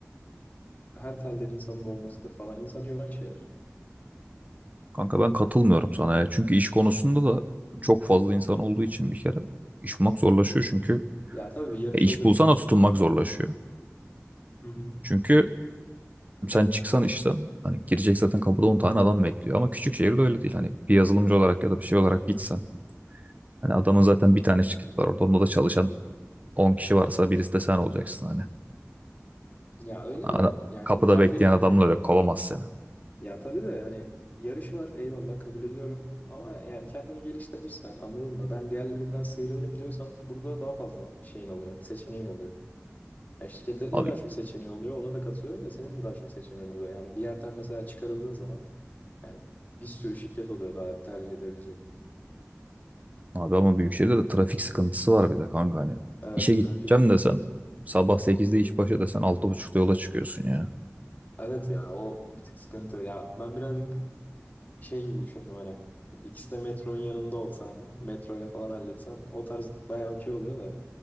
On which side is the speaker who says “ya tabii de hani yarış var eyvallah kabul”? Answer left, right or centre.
Left